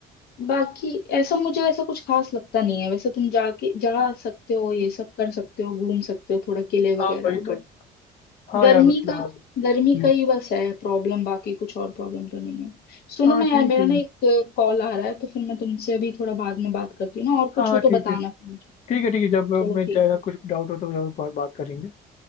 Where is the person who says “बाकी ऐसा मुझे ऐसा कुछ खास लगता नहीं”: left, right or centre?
Left